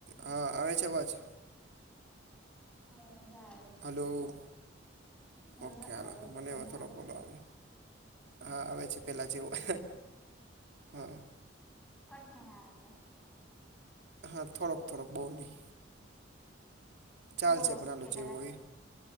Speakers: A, on the right; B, in the centre.
A: હા આવે છે અવાજ?
B: હા આયો.
A: હલો
B: હા
A: ઓકે હલો
B: આવ્યો
A: તો મને
B: તમને
A: હ થોડ કોલો આવે. હા આવે છે પેલા જેવું હા.
B: કઠ્ઠીને આવે છે.
A: હા થોડક થોડક બઉુ નહી. ચાલસેપના
B: તો બોલો હું કેતા
A: લોજે
B: હતા
A: વોહી.